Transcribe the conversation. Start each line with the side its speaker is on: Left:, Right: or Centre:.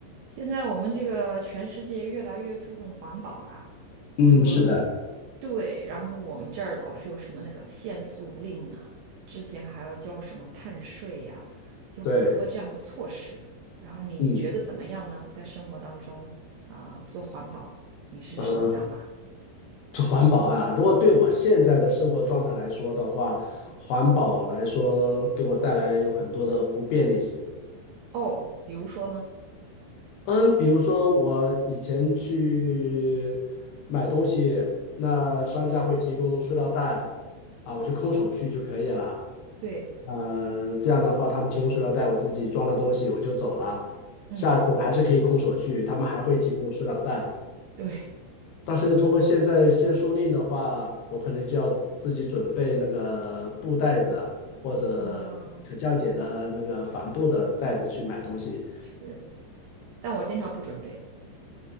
Right: 现在我们这个全世界越来越注重环保了啊，
Left: 嗯，
Right: 这我
Left: 是的，
Right: 对，然后我们这儿老是有什么那个限速令啊，之前还要交什么碳税呀、有很多这样的措施。
Left: 对，
Right: 然后你觉得怎么样呢？
Left: 嗯
Right: 在生活当中啊、做环保，你是什么想法？
Left: 嗯，这环保啊，如果对我现在的生活状态来说的话，环保来说给我带来有很多的不便利性。
Right: 哦，比如说呢？
Left: 嗯，比如说我以前去买东西，那商家会提供塑料袋，啊，我就空手去就可以了。
Right: 对，
Left: 嗯，这样的话，他们提供塑料袋，我自己装了东西我就走了。
Right: 嗯，
Left: 下次我还是可以空手去，他们还会提供塑料袋。
Right: 对，
Left: 但是通过现在限塑令的话，我可能就要自己准备那个布袋子啊，或者可降解的那个帆布的袋子去买东西，
Right: 啊，<laughs> 对。但我经常不准备，